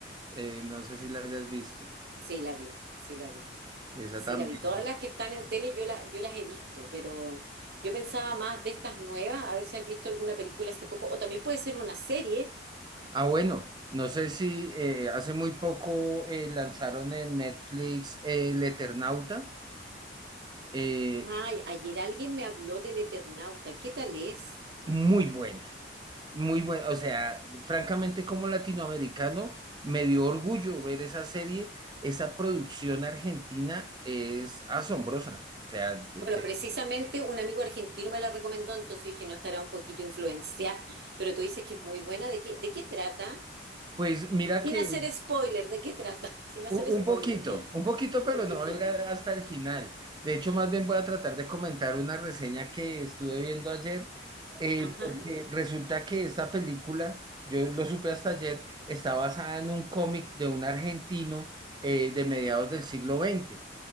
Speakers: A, on the right; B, on the right.
A: eh, no sé si la hayas visto,
B: Sí la vi, sí la vi,
A: esa
B: sí
A: también.
B: la vi. Todas las que están en tele yo, la, yo las he visto, pero yo pensaba más de estas nuevas, a ver si has visto alguna película hace poco, o también puede ser una serie
A: Ah, bueno, no sé si eh, hace muy poco eh, lanzaron en Netflix eh, El Eternauta, eh,
B: Ay, ayer alguien me habló del Eternauta. ¿Qué tal es?
A: muy buena, muy buena, o sea, francamente como latinoamericano me dio orgullo ver esa serie, esa producción argentina es asombrosa, o sea, te-
B: Bueno,
A: te-
B: precisamente un amigo argentino me la recomendó, entonces dije, no estará un poquito influenciada, <laughs> pero tú dices que es muy buena. ¿De qué, de qué trata?
A: pues mira
B: Sin
A: que
B: hacer spoiler, ¿de qué trata? <laughs> Sin hacer
A: Un, un
B: spoiler.
A: poquito, un poquito,
B: Un
A: pero
B: poquito.
A: no voy a ir a- hasta el final. De hecho, más bien voy a tratar de comentar una reseña que estuve viendo ayer, eh,
B: Ajá.
A: porque resulta que esta película, yo lo supe hasta ayer, está basada en un cómic de un argentino eh, de mediados del siglo veinte